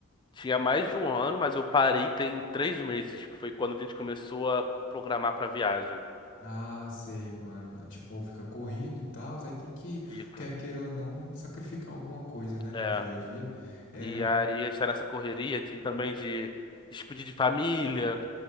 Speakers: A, on the left; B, on the left.
A: Tinha mais de um ano, mas eu parei tem três meses, que foi quando a gente começou a programar pra viagem.
B: Ah, sei, mano. Tipo, fica corrido e tal. Aí tem que,
A: Fica.
B: quer queira ou não, sacrificar alguma coisa, né?
A: É.
B: Do dia a dia. É,
A: E aí estar nessa correria de- também de despedir de família,